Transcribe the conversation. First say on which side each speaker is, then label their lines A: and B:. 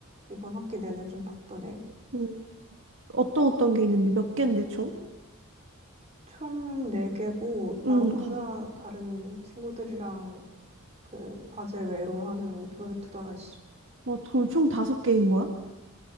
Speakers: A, on the right; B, on the right.
A: 이번 학기 내내 좀 바쁘네.
B: 음, 어떤 어떤 게 있는데 몇 개인데 총?
A: 총 네개고나
B: 응,
A: 혼자
B: 어,
A: 다른 친구들이랑 그 과제 외로 하는 프로젝트도 하나 있어.
B: 어, 그럼 총 다섯 개인 거야?